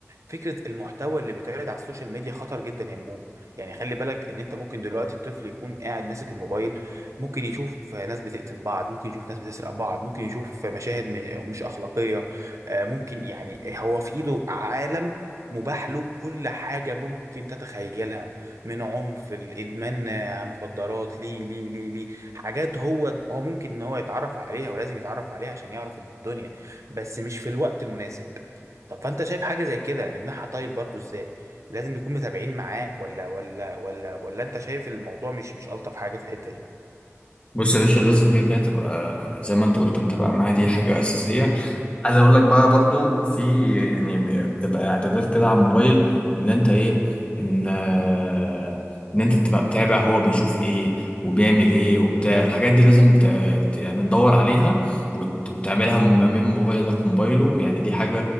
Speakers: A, on the right (about 85°); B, on the left (about 25°).
A: فكرة المحتوى اللي بيتعرض على السوشيال ميديا خطر جدا يا مو يعني خلي بالك ان انت ممكن دلوقتي الطفل يكون قاعد ماسك الموبايل ممكن يشوف ناس بتقتل بعض ممكن يشوف ناس بتسرق بعض ممكن يشوف مشاهد م- مش اخلاقية آه، ممكن يعني هو في ايده عالم مباح له كل حاجة ممكن تتخيلها من عنف الإدمان آه، مخدرات ليه ليه ليه ليه حاجات هو هو ممكن إن هو يتعرف عليها ولازم يتعرف عليها عشان يعرف الدنيا بس مش في الوقت المناسب طب فانت شايف حاجه زي كده نمنعها طيب برضو ازاي لازم نكون متابعين معاه ولا ولا ولا ولا انت شايف الموضوع مش مش الطف حاجه في الحته دي
B: بص يا باشا لازم كده كده تبقى زي ما انت قلت متابع معايا دي حاجة أساسية عايز اقول لك بقى برضو في يعني بتبقى اعدادات كده على الموبايل ان انت ايه ان آه، ان انت تبقى متابع هو بيشوف ايه وبيعمل ايه وبتاع الحاجات دي لازم ت... ت- يعني تدور عليها وت... وتعملها م- من موبايلك وموبايله يعني دي حاجة